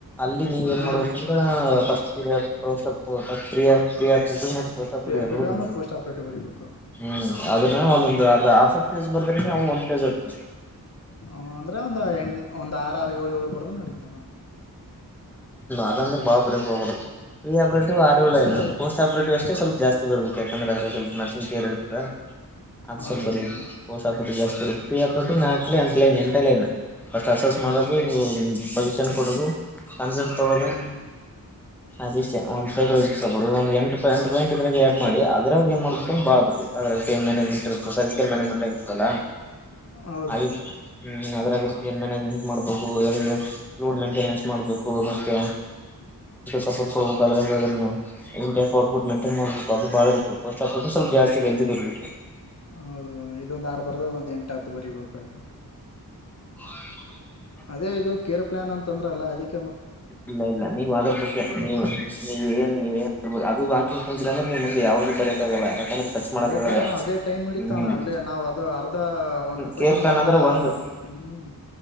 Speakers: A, in the centre; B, on the left.
A: ಇಲ್ಲಿ ನೀವ ಏನ್
B: ಹಾ
A: ಮಾಡ್ಬೇಕಂದ್ರ
B: ಹಾ
A: ಫಸ್ಟ್ ಪ್ರ. ಫ್ರೀ ಫ್ರೀ ಹತ್ತಿದ್
B: ಪ್ರೀ ಆಪ್ರೇಟಿವ್ ಆಮೇಲೆ ಪೋಸ್ಟ್
A: <unintelligible>
B: ಆಪ್ರೇಟಿವ್ ಬರಿಬೇಕು
A: ಹ್ಮ್ ಅದನ್ನ ಒಂದೊಂದು
B: ಹ್ಮ್
A: ಅರ್ಧ ಹಾಫ್ ಆಫ್ ಪೇಜ್ ಬರ್ದ್ರ ಅವ್ ಒಂದ್ ಪೇಜ್ ಆತದ್.
B: ಹ್ಮ್ ಅಂದ್ರೆ ಒಂದ ಒಂದ್ ಆರ ಆರು ಏಳು ಏಳು ಬರ್ದರ್ ನಡೀತದ್ ಏನ್.
A: ಅದ ಅಂದುರ್ ಭಾಳ್ ಬರೀಲಾಕ್ ಹೋಗ್ಬಾರ್ದು ಫ್ರೀ ಆಪರೇಟರ್
B: ಹ್ಮ್
A: ಆರು ಎಳು ಲೈನು
B: ಅದು
A: ಪೋಸ್ಟ್ ಆಪೇಟಿವ್ ಅಷ್ಟೇ ಸ್ವಲ್
B: ಹ್ಮ್
A: ಜಾಸ್ತಿ ಬರ್ಬೇಕು ಯಕಂದ್ರೆ ಅದ್ರಾಗ. ನರಸಿಂಗ್ <unintelligible> ಅದ
B: ಹೌದೌದು
A: ಸ್ವಲ್ಪ ಬರ್ಬೇಕು
B: ಅಣ್ಣ
A: ಪೋಸ್ಟ್ ಆಪರೇಟರ್ ಜಾಸ್ತಿ ಬರಬೇಕ್ ಫೀ ಆಪರೇಟರ್ ನಾಕ ಇಲ್ಲ ಎಂಟ ಲೈನ್ ಎಂಟ ಲೈನು. ಫಸ್ಟ್ ಅಸಸ್ ಮಾಡೋದು
B: ಹ್ಮ್ ಹ್ಮ್
A: ಪೊಸಿಷನ್ ಕೊಡದು. ಕನ್ಸಲ್ಟ್ ತಗೋಳದು
B: ಹ್ಮ್ ಹ್ಮ್
A: ಅದಷ್ಟೇ ಒಂದು. ಒಂದ್ ಎಂಟ ಪಿಂಟ್ ಇದ್ರಗ್ ಆಡ್ ಮಾಡಿ ಅದ್ರಾಗ ಏನ್ ಮಾಡಬೇಕ ಅದ್ರ್ ಬಾಳ ಬರ್ಬೇಕ ಅದ್ರಾಗ ಪೇ. ಸೊಸೈಟ ಕೆ ಮ್ಯಾನೇಜ್ಮೆಂಟ್ ಆಗಿರ್ತ್ತಲ್ಲ
B: ಹೌದ
A: ಆಯ್ತು
B: ಅಣ್ಣ
A: ಹ್ಮ ಅದ್ರಾಗ. ಏನ್ ಮ್ಯಾನೇಜ್ಮೆಂಟ್ ಮಾಡ್ಬೇಕು ರೋಡ್ ಮೇಂಟೆನೆನ್ಸ್ ಮಾಡ್ಬೇಕು ಮತ್ತೆ. ಸಪೋರ್ಟ್ ಕೊಡ್ಬೇಕು ಅದರಾಗ್ ಆದ್ರಿ ನೀವ್ ಮೈಂಟೈನ್ ಮಾಡ್ಬೇಕು ಅದು ಬಾಳ ಇರ್ತದೆ ಪೋಸ್ಟ್. ಸ್ವಲ್ಪ ಜಾಸ್ತಿಲ್ಲ ಎಲ್ದಿ ಬರ್ಬೇಕು.
B: ಹೌದೌದು ಇದೊಂದ್ ಆರು ಬರ್ದ ಅದೊಂದ್ ಎಂಟ ಹತ್ತು ಬರಿಬೇಕ್ರ.
A: <inaudible>
B: ಅದೇ ಇದು ಕೇರ್ ಪ್ಲಾನ್ ಅಂತ ಅಂದ್ರಲ್ಲ ಅದಿಕ್ಕೆ.
A: ಇಲ್ಲ ಇಲ್ಲ ನೀವು ಅದ್ರ ಬಗ್ಗೆ ನೀವು
B: ಓದ್ತ ಅಂದ್ರೆ
A: ನೀವ ಏನ್ವ ಅದು ಬಕ್. ಮುಂದೆ ಯಾವ್ದೂ ಬರಕ್ ಆಗಲ್ಲ ಯಾಕಂದ್ರೆ ಟಚ್ ಮಾಡಕ
B: ಬರಕ್
A: ಆಗಲ್ಲ
B: ಅದೇ ಟೈಮ್ ಹಿಡಿತಣ
A: ಹ್ಮ್.
B: ಅಲ್ಲೇ ನಾವ್ ಅದು ಅರ್ಧ ಒಂದ್ ಕ್ವಶನ್ಗೆ
A: ಕೇರ್ ಪೆನ್
B: ಅರ್ಧ
A: ಅಂದ್ರೆ ಒಂದು
B: ಹ್ಮ್